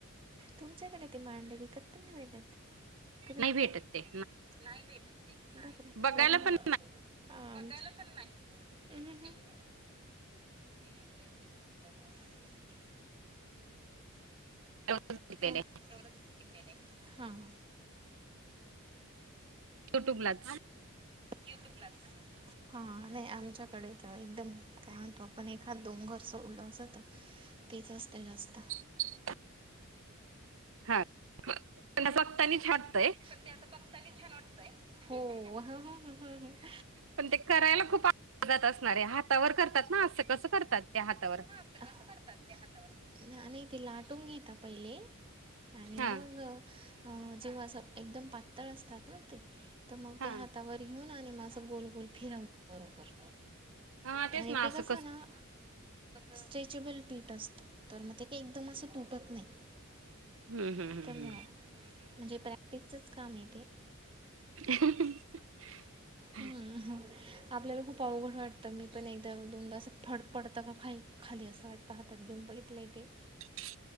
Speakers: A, on the right (about 25°); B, on the right (about 65°).
A: तुमच्याकडे ते मांडणी कत्तून नाही भेटत. का भेटतं,
B: नाही भेटत ते
A: नाही भेटतं ते, बापरे
B: बघायला
A: करणार.
B: पण
A: आ, बघायला पण नाही. <unintelligible> <unintelligible>
B: घेतलेलं
A: हा.
B: आहे
A: तेवढंच दिकेणे, हा हा.
B: युट्यूबलाच
A: युट्युबलाच ना. हा नाही, आमच्याकडे तर एकदम काय म्हणतो आपण एखात दोन घर सोडल असंत. तेच असतंय जास्त.
B: <inaudible> हात, फक्तानी छाडतंय.
A: ते असं बघतानी छान वाटतंय, हो हो
B: पण ते करायला खूप अवघड जात असणारे हातावर करतात ना, असं कसं करतात ते हातावर?
A: कसं करतात ते हातावर, नाही ते लाटून घेता पहिले. आणि
B: हा
A: मग अ, जेव्हा असं एकदम पातळ असतात ना ते तर मग
B: हा
A: ते हातावर घेऊन आणि म असं गोल गोल फिरव बरोबर.
B: हा तेच.
A: आणि
B: ना
A: ते
B: असं
A: कसं ना, स्ट्रेचेबल पीठ असतं तर मग ते काही एकदम असं तुटत नाही.
B: हम्म हम्म
A: त्यामुळं,
B: हम्म
A: म्हणजे प्रॅक्टीचच काम आहे तेे.
B: <unintelligible> <inaudible>
A: हम्म आपल्याला खूप अवघड वाटतं मी पण एकदा दोनदा अस फड पडतं का खाई खाली असं वाट पाहतात घेऊन बघितलंय ते.
B: <inaudible>